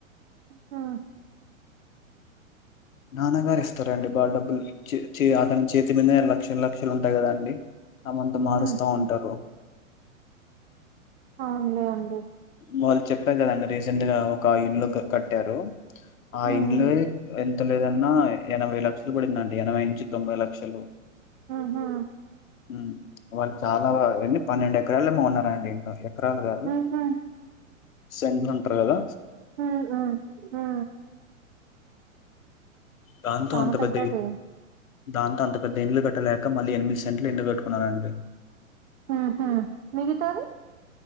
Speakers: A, on the right; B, on the left.
A: హ్మ్.
B: నాన్నగారు ఇస్తారంండి బాగా డబ్బులు అతని చేతి మీద లక్షలు లక్షలు ఉంటాయి కదా అండి తమంతా మారుస్తా
A: హ్మ్. హ్మ్.
B: ఉంటారు
A: అవునులే ఆండీ
B: వాళ్ళు చెప్పారు కదండి రీసెంట్ గా ఒక ఇళ్ళు కట్టారు ఆ
A: హ్మ్.
B: ఇల్లే ఎంత లేదా ఏంతన్న ఎనభై లక్షలు పడిందండి ఎనభై నుంచి తొంభై లక్షలు
A: ఉహు
B: మ్ వాళ్ళు చాలా పన్నెండు ఎకరాలు కొన్నరండి ఏకర్ ఎకరాలు కాదు
A: ఉహు
B: సెంట్లు అంటారు గదా
A: ఉహు హు
B: దాంతో
A: చానా
B: అంత
A: పెద్దది
B: పెద్ద దాంతో అంత పెద్ద ఇండ్లు కట్టలేక మళ్ళీ ఎనిమిది సెంట్లు ఇల్లు కట్టుకున్నానండి
A: హమ్ మిగతది